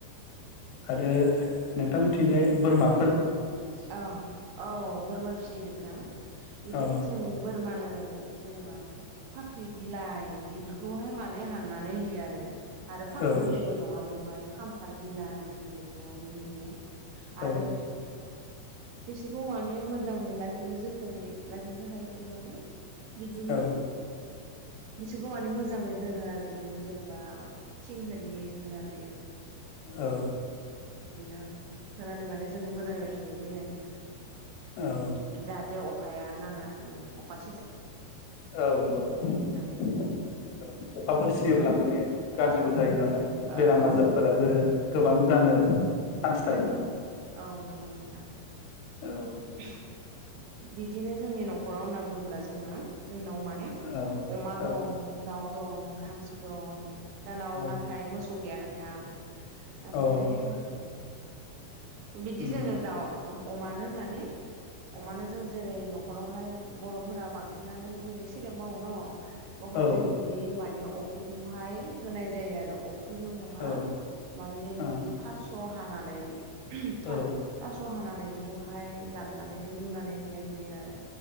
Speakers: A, on the left; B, on the right.
A: आरो नोंथांमोनथिंजाय बोरमा
B: औ औ बोरमा फिसियो नोंथां बिदिनो
A: अ
B: जों बोरमानो जेनेबा फाख्रि बिलाइ बेफोरखौहाय माने हाननानै होयो आरो। आरो फाख्रि
A: औ
B: बिलाइल नङा बेवहाय खान्थाल बिलाइ बेफोरखौहाय होयो। आरो
A: औ
B: बिसोरखौ माने मोजाङै लाखिनो जोथोनै लाखिनो थाखाय इसोर माने बिदिनो
A: औ
B: बिसोरखौ माने मोजाङै दोनो आरो बिद बिदिनो जेनेबा थिं होरि होनानै
A: औ
B: बिदिनो होनानै माने जोङो मोजाङै लाखिनाय जायो आरो नोंथां।
A: औ
B: जाहाथे अख अखाया नाङाथों अखास
A: औ औ औ
B: होननानै
A: अखाफोर सियोब्ला माने गाज्रिबो
B: औ
A: जायो नालाय
B: ओ
A: बेराम
B: औ
A: आजारफोराबो
B: नंगौ
A: गोबां
B: औ
A: जानो चान्स थायो
B: औ औ नंगौ नोंथां
A: औ
B: बिद बिदिनो जोंनि न'खराव होनना बुङोब्ला जोङो। जोंनाव माने
A: औ
B: अमा दं दाउ दं हांसो दं जाहानाव
A: औ
B: नाथाय मोसौ गैया नों थां। ओमफ्राय
A: औ
B: हाय उम बिदि
A: उम
B: जोङो दाउ उम अमानो माने अमानो जों जेरै न'खरावहाय बर'फोरा बांसिनानो जेरै सेरेब मावो न' बहाय
A: औ
B: जों बिनि माने अब फ्रिखौहाय होनाय जायो आरो अफ्रिल' नङा
A: औ ओ औ
B: माने
A: औ
B: बिदि थास हानानै था
A: औ
B: थास हानानै बे खौहाय लाबना नै रुनानै होनाय जायो आरो